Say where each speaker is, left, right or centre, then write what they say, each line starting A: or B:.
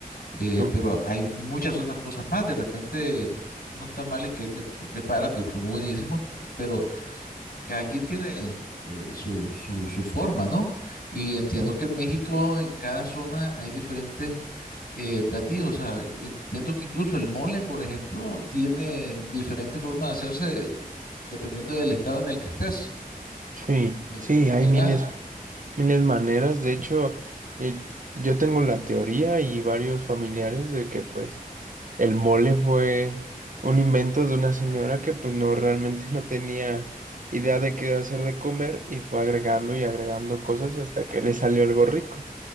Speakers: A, on the left; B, on the right.
A: Eh,
B: No,
A: pero hay muchas otras cosas más. De repente, unos tamales que él me me prepara, que son muy buenísimos, pero cada quien tiene eh, su, su, su forma, ¿no? Y entiendo
B: eh,
A: que en México, en cada zona, hay diferentes eh, platillos. O sea, entiendo que incluso el mole, por ejemplo, tiene diferentes formas de hacerse dependiendo del estado en el que estés,
B: Sí,
A: ver-
B: sí, hay
A: ¿verdad?
B: miles, miles maneras. De hecho, eh, yo tengo la teoría y varios familiares de que pues el mole fue un invento de una señora que pues no realmente no tenía idea de qué hacer de comer y fue agregando y agregando cosas hasta que le salió algo rico.